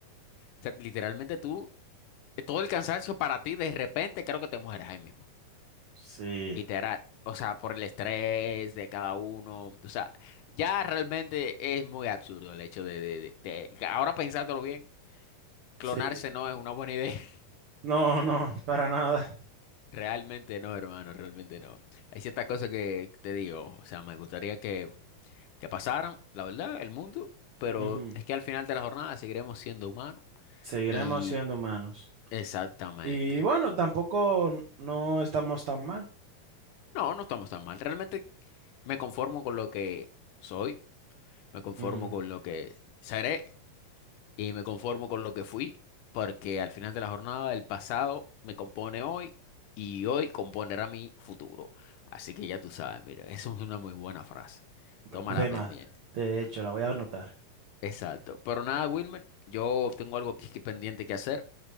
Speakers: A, on the left; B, on the right.
A: sea, literalmente tú, todo el cansancio para ti, de repente creo que te mueres ahí mismo.
B: Sí,
A: Literal. O sea, por el estrés de cada uno. O sea, ya realmente es muy absurdo el hecho de, de, de- de- ahora pensándolo bien, clonarse
B: sí.
A: no es una buena idea. <laughs>
B: No, no, para nada.
A: Realmente no, hermano, realmente no. Hay ciertas cosas que te digo, o sea, me gustaría que, que pasaran, la verdad, el mundo, pero
B: Ujú.
A: es que al final de la jornada seguiremos siendo humanos.
B: Seguiremos
A: Y
B: siendo humanos.
A: exactamente.
B: Y bueno, tampoco n- no estamos tan mal.
A: No, no estamos tan mal. Realmente Me conformo con lo que soy, me conformo
B: Ujú.
A: con lo que seré y me conformo con lo que fui, porque al final de la jornada el pasado me compone hoy y hoy componerá mi futuro. Así que ya tú sabes, mira, <laughs> eso es una muy buena frase. Tómala
B: De
A: pendiente.
B: más, de hecho, la voy a anotar.
A: Exacto. Pero nada, Wilmer, yo tengo algo aquí que pendiente que hacer.